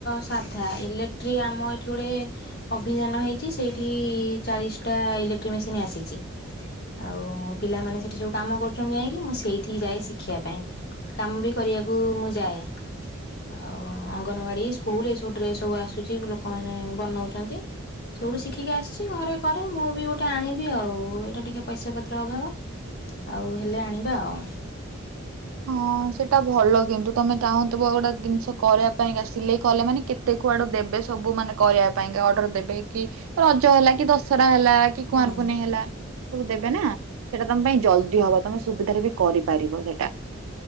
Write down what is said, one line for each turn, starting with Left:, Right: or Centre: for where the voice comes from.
Left: ସାଧା ଇଲେକ୍ଟ୍ରି ଆମ ଏଠି ଗୋଡ଼େ ଅଭିଯାନ ହେଇଚି ସେଇଠି ଚାଳିଶଟା ଇଲେକ୍ଟ୍ରି ମେସିନ୍ ଆସିଚି। ଆଉ ପିଲାମାନେ ସେଠି ସବୁ କାମ କରୁଚନ୍ତି ଯାଇକି ମୁଁ ସେଇଠି ଯାଏ ଶିଖିବା ପାଇଁ। କାମ ବି କରିବାକୁ ମୁଁ ଯାଏ। ଆଉ ଅଙ୍ଗନବାଡ଼ି ସ୍କୁଲ୍ ଏ ସବୁ ଡ୍ରେସ ସବୁ ଆସୁଚି ଲୋକମାନେ ବନଉଚନ୍ତି। ସେଉଠୁ ଶିଖିକି ଆସିଚି ଘରେ କରେ ମୁଁ ବି ଗୋଟେ ଆଣିବି ଆଉ ଏଇଟା ଟିକେ ପଇସା ପତ୍ର ଅଭାବ। ଆଉ ହେଲେ ଆଣିବା ଆଉ।
Right: ହଁ ସେଟା ଭଲ କିନ୍ତୁ ତମେ ତାହୁଁଥୁବ ଗୋଟେ ଦିନିଷ କରିବା ପାଇଁକା ସିଲେଇ କଲେ ମାନେ କେ ତେ କୁଆଡ଼ୁ ଦେବେ ସବୁ ମାନେ କରିବା ପାଇଁକା ଅର୍ଡ଼ର ଦେବେ କି ରଜ ହେଲା କି ଦଶହରା ହେଲା। କି
Left: ହୁଁ
Right: କୁଆଁର ପୂନେଇ ହେଲା ସବୁ ଦେବେ ନା ସେଟା ତମ ପାଇଁ ଜଲ୍ଦି ହବ ତମେ ସ୍ ଉବିଧାରେ ବି କରିପାରିବ ସେଟା।